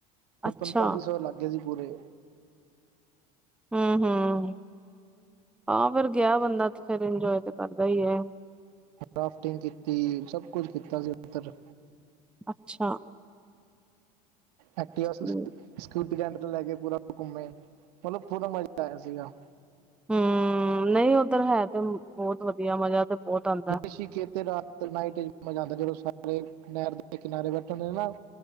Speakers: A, in the centre; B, on the right (about 75°).
A: ਅੱਛਾ
B: ਪੰਤਾਲੀ ਸੌ ਲਾਗੇ ਸੀ ਪੂਰੇ।
A: ਹੂੰ-ਹੂੰ, ਹਾਂ ਫਿਰ ਗਿਆ ਬੰਦਾ ਤੇ ਫੇਰ ਇੰਜੋਏ ਤੇ ਕਰਦਾ ਈ ਐ।
B: ਰਾਫਟਿੰਗ ਕੀਤੀ, ਸਭ ਕੁਛ ਕੀਤਾ ਸੀ ਉੱਧਰ।
A: ਅੱਛਾ।
B: ਐਕਟਿਵਾ ਸਕ
A: ਹਮ
B: ਸਕੂਟਰ ਰੈਂਟ ਤੇ ਲੈ ਕੇ ਪੂਰਾ ਘੁੰਮੇ, ਮਤਲਬ ਪੂਰਾ ਮਜ਼ਾ ਆਇਆ ਸੀਗਾ।
A: ਹਮ, ਨਈ ਉੱਧਰ ਹੈ ਤੇ ਬੋਤ ਵਧੀਆ ਮਜ਼ਾ ਤੇ ਬਹੁਤ ਆਉਂਦਾ।
B: ਰਿਸ਼ੀਕੇਤ ਰਾਤ ਨਾਈਟਾ ਮਜ਼ਾ ਆਦਾ, ਜਦੋਂ ਸਾਰੇ ਨੈਰ ਦੇ ਕਿਨਾਰੇ ਬੈਠੇ ਹੁੰਦੇ ਨਾ